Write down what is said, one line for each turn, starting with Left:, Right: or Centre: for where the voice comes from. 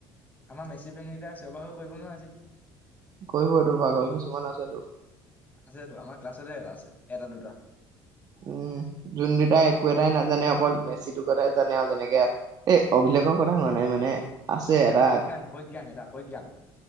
Left: আমাৰ মেচি ফেন কেইটাই চিঞৰ-বাখৰ কৰিব ন আজি
Right: কৰিব টো পাগল কিছুমান আছেতো।
Left: আছেটো আমাৰ ক্লাছতে এটা আছে এটা-দুটা।
Right: উম, যোন দুটাই একো এটাই নাজানে অকল মেচিটোৰ কথাই জানে আৰু যেনেকে এ অভিলেখৰ কথা হোৱা নাই মানে আছে
Left: এ
Right: এটা
Left: প্ৰজ্ঞান প্ৰজ্ঞান এটা প্ৰজ্ঞান